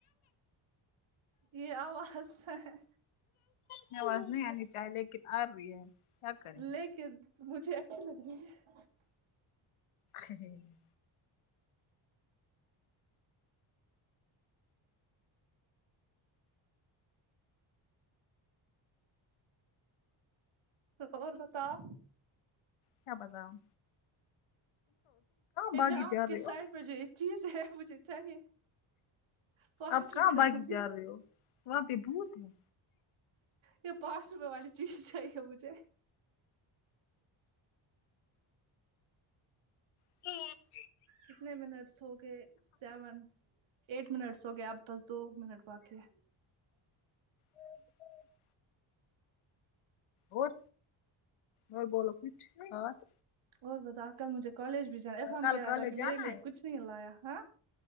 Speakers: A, on the right; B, on the left.
A: یہ آواز ہے ہے
B: یہ آواز نہیں آنی چاہی لیکن آ رہی ہے کریں
A: لیکن مجھے اچھی لگ رہی ہے
B: ہیں۔ ہں ہں
A: اور بتاؤ
B: کیا بتاؤں
A: یہ
B: باغی
A: جو آپ
B: جا
A: کے
B: رہے
A: سائڈ
B: ہو
A: میں جو یہ چیز ہے مجھے چاہیے پانچ
B: آپ
A: روپے
B: کہاں باغی
A: دوں گی
B: جا رہے ہو وہاں پہ بھوت ہے
A: یہ پانچ روپے والی چیز ہی چاہیے مجھے
B: <unintelligible>
A: کتنے منٹس ہو گئے سیون ایٹھ منٹس ہو گئے اب بس دو منٹ باقی ہے
B: اور اور اور بولو کچھ خاص
A: اور بتا کل مجھے کالج بھی جانا افہام
B: کل
A: کہہ رہا
B: کالج
A: تھا کہ
B: جانا
A: میرے لیے
B: ہے
A: کچھ نہیں لایا ہاں